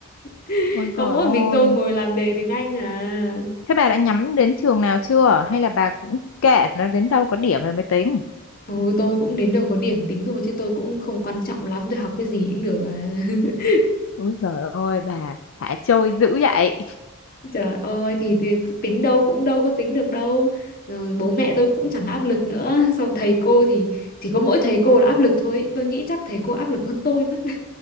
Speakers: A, on the left; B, on the left.
A: <laughs>
B: Ôi
A: Có
B: trời
A: mỗi
B: ơi.
A: mình tôi ngồi làm đề tiếng Anh à.
B: Thế bà đã nhắm đến trường nào chưa? Hay là bà cũng kệ nó đến đâu có điểm rồi mới tính?
A: Ôi tôi cũng đến đầu có điểm tính thôi chứ tôi cũng không quan trọng lắm, tôi học cái gì cũng được à. <laughs>
B: Ôi giời ơi, bà thả trôi dữ vậy.
A: Trời ơi thì, thì tính đâu cũng đâu có tính được đâu Rồi bố mẹ tôi cũng chẳng áp lực nữa <laughs> Sau thầy cô thì chỉ có mỗi thầy cô là áp lực thôi Tôi nghĩ chắc thầy cô áp lực hơn tôi mất